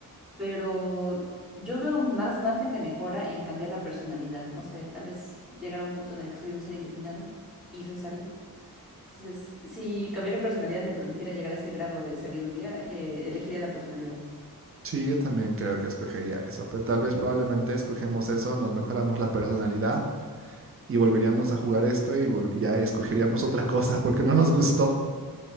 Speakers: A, in the centre; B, on the right.
A: pero yo veo más margen de mejora en cambiar la personalidad. No sé, tal vez llegar a un punto en el que soy un ser iluminado y soy sabia. Entonces, si cambiar mi personalidad me permitiera llegar a ese grado de sabiduría, eh, elegiría la personalidad.
B: Sí, yo también creo que escogería eso, pero tal vez probablemente escogemos eso, nos mejoramos la personalidad y volveríamos a jugar esto y vol- ya escogeríamos otra <laughs> cosa porque no nos gustó.